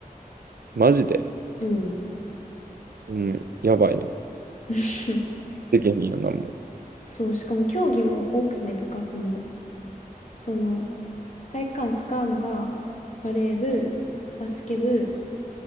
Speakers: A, on the right; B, on the left.
A: マジで。
B: うん。
A: うん。やばいな。
B: <laughs>
A: できへんやんな、もう。
B: そう、しかも競技も多くてね、部活も。その、体育館使うのが、バレー部、バスケ部、